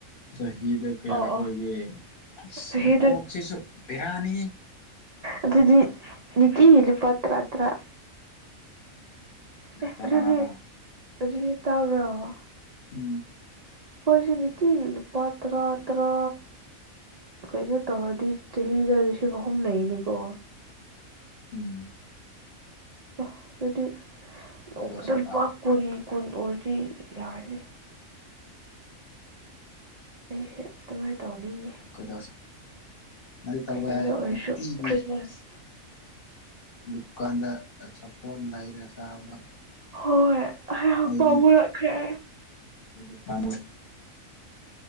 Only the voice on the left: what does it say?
ꯆꯍꯤꯗ ꯀꯌꯥ
ꯑꯣꯏꯒꯦ
ꯑꯁ
ꯅ ꯀꯣꯛꯁꯤꯁꯨ ꯕꯦꯔꯥꯅꯤꯍꯦ
ꯇꯔꯥꯔꯥ
ꯎꯝ
ꯎꯝ
ꯀꯩꯗꯧꯁꯦꯕ
ꯀꯩꯗꯧꯁꯦ ꯅꯪꯗꯤ ꯇꯧꯕ
ꯌꯥꯏ
ꯅꯨꯡꯇꯤꯒꯤ
ꯗꯨꯀꯥꯟꯗ ꯑꯆꯥꯄꯣꯠ ꯂꯩꯔꯒ ꯆꯥꯕꯗꯣ
ꯑꯩꯗꯤ
ꯑꯩꯗꯤ ꯄꯥꯝꯃꯨꯏ